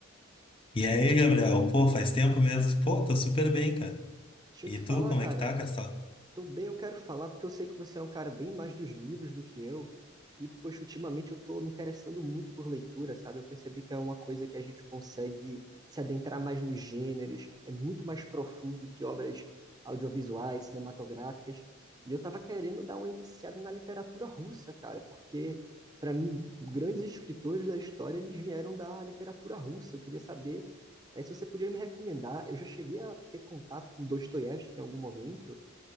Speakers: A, on the left; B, on the right.
A: E aí, Gabriel? Pô, faz tempo mesmo. Pô, tô super bem, cara.
B: Deixa
A: E
B: eu te
A: tu,
B: falar,
A: como
B: cara.
A: é que tá, Castelo?
B: Tô bem, eu quero falar porque eu sei que você é um cara bem mais dos livros do que eu. E, poxa, ultimamente eu tô me interessando muito por leitura, sabe? Eu percebi que é uma coisa que a gente consegue se adentrar mais nos gêneros, é muito mais profundo que obras audiovisuais, cinematográficas. E eu tava querendo dar uma iniciada na literatura russa, cara, porque, para mim, grandes escritores da história, eles vieram da literatura russa. Eu queria saber, eh, se você podia me recomendar. Eu já cheguei a ter contato com Dostoiévski em algum momento